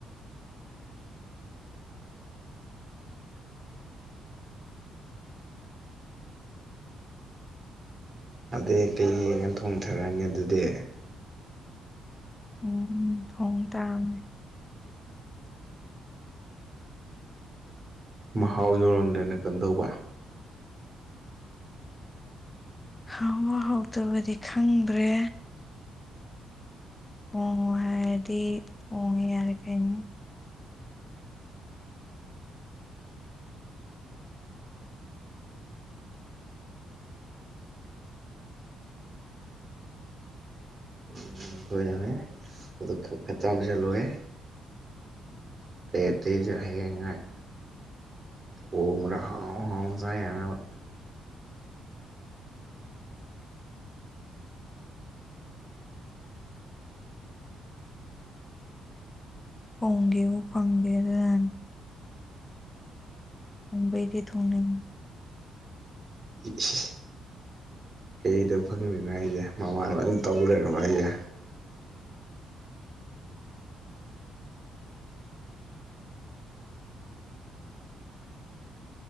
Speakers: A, on the right; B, on the left.
A: ꯑꯗꯩ ꯀꯩ ꯌꯦꯡꯉ ꯊꯣꯡꯊꯔꯅꯤ ꯑꯗꯨꯗꯤ
B: ꯎꯝ ꯊꯣꯡ ꯇꯥꯃꯅꯦ
A: ꯃꯍꯥꯎ ꯌꯧꯔꯝꯗ꯭ꯔꯅ ꯀꯝꯗꯧꯕ
B: ꯍꯥꯎꯕ ꯍꯧꯇꯕꯗꯤ ꯈꯪꯗ꯭ꯔꯦ ꯑꯣꯡꯉꯣ ꯍꯥꯏꯔꯗꯤ ꯑꯣꯡꯉꯦ ꯌꯥꯔꯦ ꯀꯩꯅꯣ
A: ꯎꯝ ꯍꯣꯏꯅꯦ ꯍꯣꯏꯅꯦ ꯑꯗꯨ ꯈꯛꯀ ꯇꯝꯖꯜꯂꯣꯍꯦ ꯑꯇꯩ ꯑꯇꯩꯖꯨ ꯍꯌꯦꯡꯉꯥꯏ ꯊꯣꯡꯕꯗ ꯍꯥꯎ ꯍꯥꯎ ꯆꯥ ꯌꯥꯅꯕ
B: ꯍꯣꯡꯒꯦꯕꯨ ꯐꯪꯗꯦ ꯑꯗꯨꯅ ꯎꯝꯕꯩꯗꯤ ꯊꯣꯡꯅꯤꯡ
A: ꯏꯁ ꯀꯩꯗ ꯐꯪꯗ꯭ꯔꯤꯅꯣ ꯍꯥꯏꯁꯦ ꯃꯃꯥꯅ ꯑꯗꯨꯝ ꯇꯩ ꯂꯩꯔꯕꯣ ꯍꯥꯏꯁꯦ